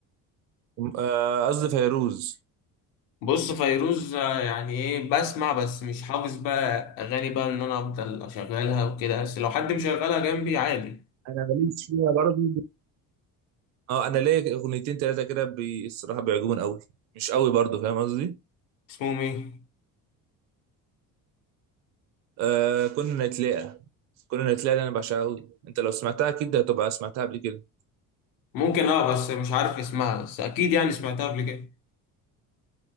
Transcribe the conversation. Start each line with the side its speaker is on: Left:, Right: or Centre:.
Right: آه، قصدي فيروز
Left: بص فيروز آه، يعني ايه بسمع بس مش حافظ بقى اغاني بقى ان انا افضل اشغلها وكده بس لو حد مشغلها جنبي عادي
Right: انا ماليش فيها برضه اه انا ليا اغنيتين ثلاثه كده بي- الصراحه بيعجبوني قوي مش قوي برضه فاهم قصدي
Left: اسمهم ايه
Right: آه كنا نتلاقى كنا نتلاقى اللي انا بعشقها قوي انت لو سمعتها اكيد هتبقى سمعتها قبل كده
Left: ممكن اه بس مش عارف اسمها بس اكيد يعني سمعتها قبل كده